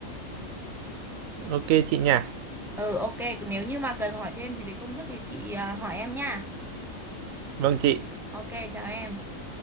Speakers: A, on the right (about 80°); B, in the centre.
A: ok chị nha
B: Ừ ok, nếu như mà cần hỏi thêm gì về công thức thì chị à, hỏi em nha.
A: vâng chị
B: Ok, chào em.